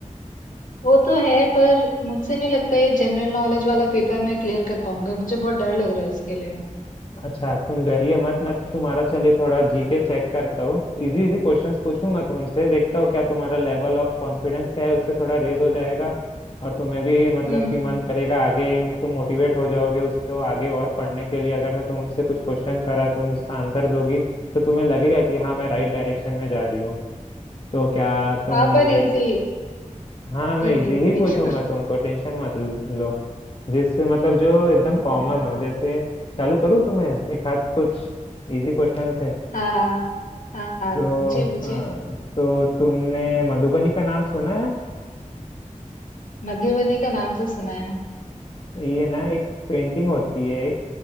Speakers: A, on the left; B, on the left.
A: वो तो है पर मुझसे नहीं लगता ये जनरल नॉलेज वाला पेपर मैं क्लियर कर पाऊंगा मुझे बहुत डर लग रहा है उसके लिए
B: अच्छा तुम डरिए मत मैं तुम्हारा चलिए थोड़ा जीके चेक करता हूँ इजी इजी क्वेश्चंस पूछूंगा तुमसे देखता हूँ क्या तुम्हारा लेवल ऑफ कॉन्फिडेंस क्या है उससे थोड़ा रेज हो जाएगा और तुम्हें भी मतलब
A: हम्म
B: कि मन करेगा आगे तुम मोटिवेट हो जाओगे उसको आगे और पढ़ने के लिए अगर मैं तुमसे कुछ क्वेश्चन करा तुम उसका आंसर दोगी तो तुम्हें लगेगा कि हाँ मैं राइट डायरेक्शन में जा रही हूँ तो क्या तुम
A: हाँ पर इजी
B: हाँ मैं
A: इजी
B: इजी ही
A: वे <laughs>
B: पूछूंगा तुमको टेंशन मत लो जिससे मतलब जो एकदम
A: ठीक
B: कॉमन
A: है
B: हो जैसे चालू करूँ तुम्हें एक हाथ कुछ इजी क्वेश्चन से
A: हाँ हाँ
B: तो
A: पूछे पूछे
B: हाँ तो तुमने मधुबनी का नाम सुना है
A: मधुबनी का नाम तो सुना है
B: ये ना एक पेंटिंग होती है एक